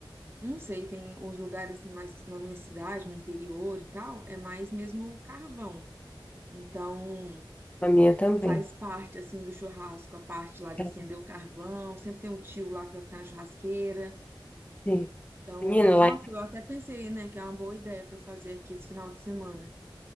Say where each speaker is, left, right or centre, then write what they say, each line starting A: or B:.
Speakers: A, on the right; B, on the left.
A: Não sei, tem os lugares assim, mais na minha cidade, no interior e tal, é mais mesmo carvão. Então,
B: A minha também.
A: faz parte assim do churrasco, a parte lá de
B: É,
A: acender o carvão, sempre tem um tio lá que vai ficar na churrasqueira.
B: Sim.
A: Então,
B: Menino,
A: nossa,
B: lá em...
A: eu até pensei, né, que é uma boa ideia para eu fazer aqui esse final de semana.